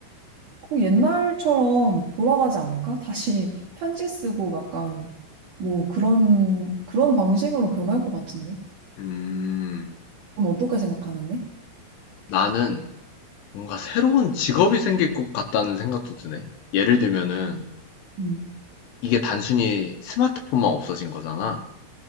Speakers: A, on the right; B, on the left.
A: 그 옛날처럼 돌아가지 않을까? 다시 편지 쓰고 약간, 뭐 그런, 그런 방식으로 변할 것 같은데?
B: 음,
A: 넌 어떻게 생각하는데?
B: 나는 뭔가 새로운 직업이 생길 것 같다는 생각도 드네. 예를 들면은
A: 음,
B: 이게 단순히 스마트폰만 없어진 거잖아.